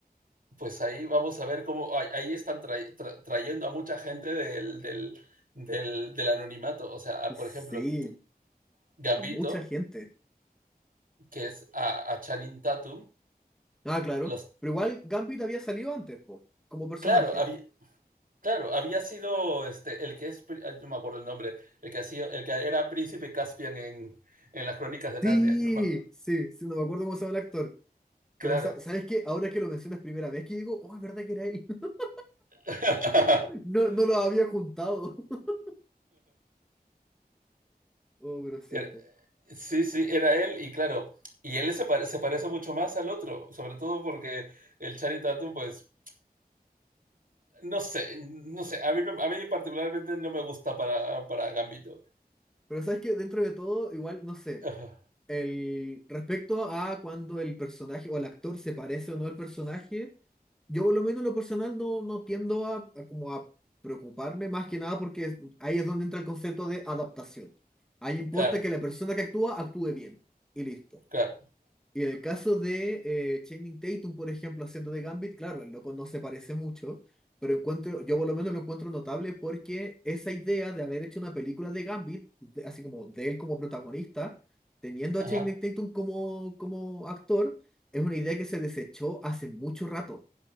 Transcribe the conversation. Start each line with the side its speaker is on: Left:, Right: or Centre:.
Right: pues ahí vamos a ver cómo, ahí, están tra tra trayendo a mucha gente del, del, del, del anonimato. O sea, a,
Centre: Sí,
Right: por ejemplo, Gambito,
Centre: mucha gente.
Right: que es a, a Channing Tatum,
Centre: Ah, claro.
Right: los,
Centre: Pero igual Gambit había salido antes, po, como personaje.
Right: claro, había, Claro, había sido este, el que es, no me acuerdo el nombre, el que, ha sido, el que era príncipe Caspian en, en las crónicas de
Centre: Sí,
Right: Narnia. No, me,
Centre: sí, sí, no me acuerdo cómo se llama el actor.
Right: claro.
Centre: Pero sa- ¿sabes qué? Ahora que lo mencionas primera vez que digo, oh, es verdad que era él. <laughs>
Right: <laughs>
Centre: No, no lo había juntado. <laughs> Oh, pero es cierto.
Right: Era- sí, sí, era él y claro, y él se, pare- se parece mucho más al otro, sobre todo porque el Channing Tatum, pues, no sé, no sé, a mí, no- a mí particularmente no me gusta para, para Gambito.
Centre: Pero ¿sabes qué? Dentro de todo, igual, no sé.
Right: Ajá,
Centre: El, respecto a cuando el personaje o el actor se parece o no al personaje. Yo por lo menos en lo personal no, no tiendo a, a como a preocuparme más que nada porque es- ahí es donde entra el concepto de adaptación. Ahí importa
Right: Claro,
Centre: que la persona que actúa actúe bien y listo.
Right: claro,
Centre: Y en el caso de eh, Channing Tatum, por ejemplo, haciendo de Gambit, claro, el loco no se parece mucho, pero encuentro, yo por lo menos lo encuentro notable porque esa idea de haber hecho una película de Gambit, de- así como de él como protagonista, teniendo
Right: ajá,
Centre: a Channing Tatum como, como actor, es una idea que se desechó hace mucho rato.